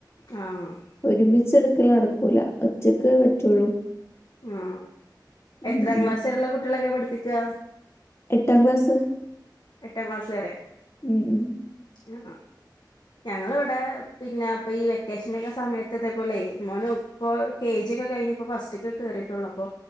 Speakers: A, on the left (about 65°); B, on the left (about 35°).
A: ആ ആ
B: ഒരുമിച്ച് എടുക്കല് നടക്കൂല ഒറ്റക്ക് പറ്റുള്ളൂ
A: ആ എത്രാം
B: ഉം ഉം.
A: ക്ലാസ്സ് വരെയുള്ള കുട്ടികളയൊക്കെയാ പഠിപ്പിക്കുക
B: എട്ടാം ക്ലാസ്
A: എട്ടാം ക്ലാസ്സ് വരെ,
B: ഉം ഉം.
A: ആ
B: <unintelligible>
A: ഞങ്ങൾ ഇവിടെ പിന്നെ അപ്പൊ ഈ വെക്കേഷൻ ഒക്കെ സമയത്ത് ഇതേ പോലെ മോന് ഇപ്പൊ കെ ജി ക്കെ കഴിഞ്ഞപ്പോ, ഫസ്റ്റിലേക്ക് കേറിട്ടുളള് അപ്പോ